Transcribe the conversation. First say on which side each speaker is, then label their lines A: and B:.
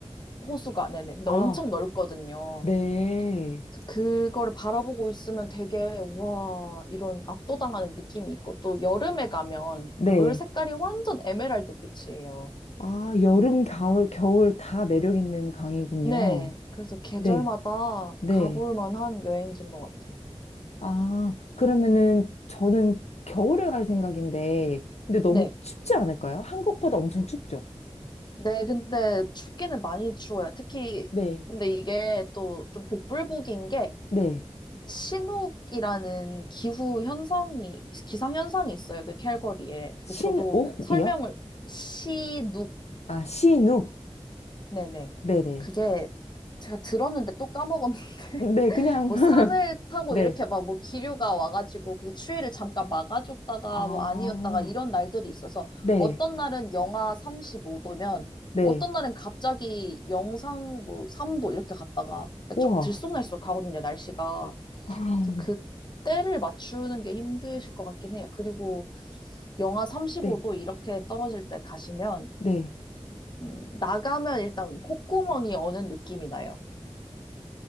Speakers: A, on the left; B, on the left.
A: 호수가 네네. 근데
B: 아,
A: 엄청 넓거든요.
B: 네,
A: 그래서 그거를 바라보고 있으면 되게 와 이런 압도당하는 느낌이 있고 또 여름에 가면
B: 네,
A: 물 색깔이 완전 에메랄드 빛이에요.
B: 아, 여름, 가을, 겨울 다 매력 있는 강이군요.
A: 네. 그래서 계절마다
B: 네, 네,
A: 가볼 만한 여행지인 것 같아요.
B: 아, 그러면은 저는 겨울에 갈 생각인데, 근데 너무
A: 네.
B: 춥지 않을까요? 한국보다 엄청 춥죠?
A: 네, 근데 춥기는 많이 추워요. 특히,
B: 네,
A: 근데 이게 또 좀 복불복인 게,
B: 네.
A: 신옥이라는 기후 현상이, 기상 현상이 있어요. 그 캘거리에. 그게
B: 신옥이요?
A: 저도 설명을, 시눅,
B: 아, 신욱.
A: 네네.
B: 네네.
A: 그게 제가 들었는데 또까먹었는데
B: 네, 그냥,
A: 뭐
B: <laughs>
A: 산을 타고
B: 네.
A: 이렇게 막 뭐 기류가 와가지고 그게 추위를 잠깐 막아줬다가
B: 아,
A: 뭐 아니었다가 이런 날들이 있어서
B: 네,
A: 어떤 날은 영하 35도면
B: 네.
A: 어떤 날은 갑자기 영상 뭐 3도 이렇게 갔다가
B: 우와.
A: 좀 들쑥날쑥 하거든요, 날씨가.
B: <laughs> 아,
A: 그래서 그때를 맞추는 게 힘드실 것 같긴 해요. 그리고 영하 35도
B: 네,
A: 이렇게 떨어질 때 가시면
B: 네.
A: 음, 나가면 일단 콧구멍이 어는 느낌이 나요.